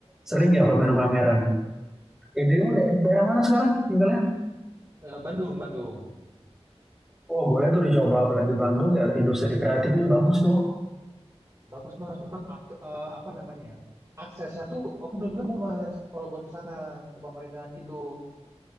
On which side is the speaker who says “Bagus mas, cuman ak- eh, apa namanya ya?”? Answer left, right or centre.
Right